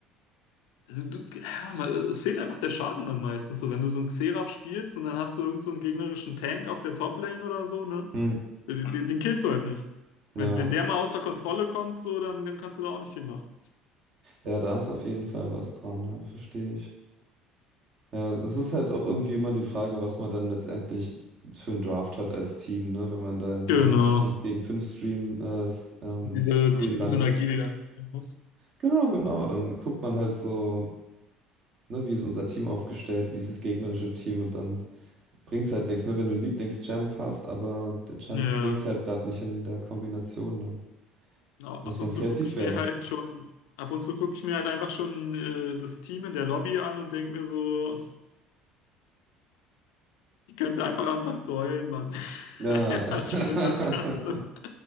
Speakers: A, on the left; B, on the right.
A: Also, du, ja, man, es fehlt einfach der Schaden dann meistens. So, wenn du so einen Xerath spielst und dann hast du irgend so einen gegnerischen Tank auf der Top-Lane oder so, ne?
B: hm,
A: Den, den den killst du halt nicht.
B: ja,
A: Wenn, wenn der mal außer Kontrolle kommt, so, dann, dann kannst du da auch nicht viel machen.
B: ja, da ist auf jeden Fall was dran, ja, verstehe ich. Ja, es ist halt auch irgendwie immer die Frage, was man dann letztendlich für einen Draft hat als Team, ne? Wenn man da in diesem
A: Genau.
B: 5 gegen 5 Stream äh, s- ähm,
A: Diese
B: Screen
A: Teamsynergie,
B: landet.
A: die dann stimmen muss.
B: Genau, genau. Dann guckt man halt so, ne, wie ist unser Team aufgestellt, wie ist das gegnerische Team und dann bringt's halt nichts, ne? Wenn du einen Lieblingschamp hast, aber der Champ
A: Ja.
B: bringt's halt gerade nicht in der Kombination, dann
A: Au-
B: muss
A: Ab
B: man
A: und zu
B: kreativ
A: gucke ich
B: werden.
A: mir halt schon, ab und zu gucke ich mir halt einfach schon äh, das Team in der Lobby an und denke mir so, ich könnte einfach anfangen zu heulen, Mann. <laughs>
B: Ja.
A: Einfach
B: <laughs>
A: schlimm, das Ganze.